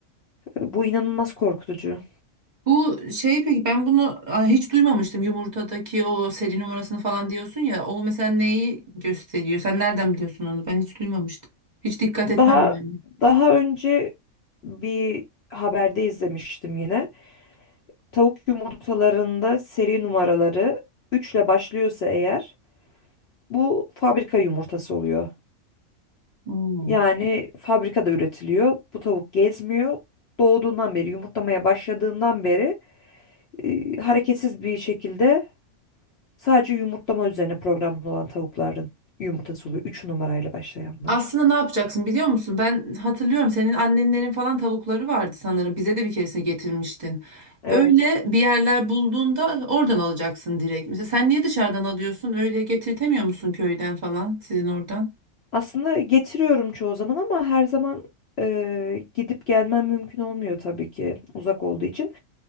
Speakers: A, on the left; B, on the right.
A: Bu inanılmaz korkutucu.
B: Bu şey peki ben bunu a, hiç duymamıştım. Yumurtadaki o seri numarasını falan diyorsun ya. O mesela neyi gösteriyor? Sen nereden biliyorsun onu? Ben hiç duymamıştım. Hiç dikkat etmem
A: Daha
B: yani.
A: daha önce bir haberde izlemiştim yine. Tavuk yumurtalarında seri numaraları 3 ile başlıyorsa eğer Bu fabrika yumurtası oluyor.
B: Hmm.
A: Yani fabrikada üretiliyor. Bu tavuk gezmiyor. Doğduğundan beri, yumurtlamaya başladığından beri e, hareketsiz bir şekilde sadece yumurtlama üzerine programlı olan tavukların yumurtası oluyor. 3 numarayla başlayanlar.
B: Aslında ne yapacaksın biliyor musun? Ben hatırlıyorum senin annenlerin falan tavukları vardı sanırım. Bize de bir keresine getirmiştin.
A: Evet.
B: Öyle bir yerler bulduğunda oradan alacaksın direkt. Mesela sen niye dışarıdan alıyorsun? Öyle getirtemiyor musun köyden falan sizin oradan?
A: Aslında getiriyorum çoğu zaman ama her zaman e, gidip gelmem mümkün olmuyor tabii ki uzak olduğu için.